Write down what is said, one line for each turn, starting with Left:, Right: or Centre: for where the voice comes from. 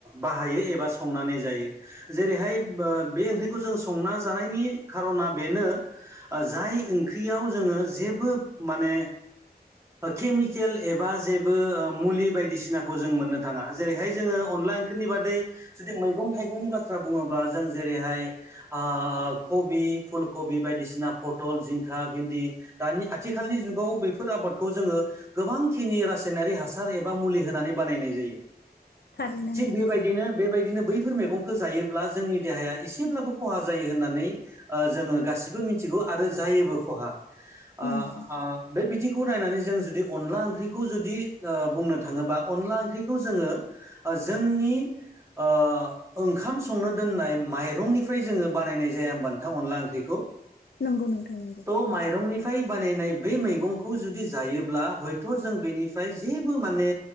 Right: बाहायो एबा। बा संनानै जायो जेरैहाय बो बे ओंख्रिखौ जों संना जानायनि खार'ना बेनो। जाय ओंख्रियाव जोंङो जेबो माने। केमिकेल एबा जेबो ओ मुलि बायदिसिनाखौ जों मोननो थांङा जेरैहाय जोंङो। अनला ओंख्रिनि बादै जुदि मैं थाइंनि बाथ्रा बुङोब्ला जों जेरैहाय ओ <unintelligible> कबि फुल कबि बायदिसिना फथल जिंखा भिन्दि दानि आथिखालनि जुगाव बे बेफोर आबादखौ जोङो गोबांखिनि रासायनारि हासार एबा मुलि होनानै बानायनाय जायो।
Left: थारैनो
Right: थिग
Left: नोंथां
Right: बेबायदिनो बेबायदिनो बै फोर मैगंखौ जायोब्ला जोंनि देहाया एसेब्लाबो खहा जायो होननानै ओ जोङो गासिबो मिथिगौ आरो जायोबो खहा। आ
Left: नंगौ नोंथां
Right: बे थिंखौ नायनानै जों जुदि अनला ओंख्रिखौ जुदि ओ बुंनो थाङोबा अनला ओंख्रिखौ जोङो जोंनि ओ ओंखाम संनो दोननाय माइरंनिफ्राय जोङो बानायनाय जा या होनबा नोंथां अनला ओंख्रिखौ?
Left: नंगौ नोंथां नंगौ
Right: थ' माइरंनिफ्राय बानायनाय बै मैगं खौ जुदि जायोब्ला हयथ' जों बेनिफ्राय जेबो माने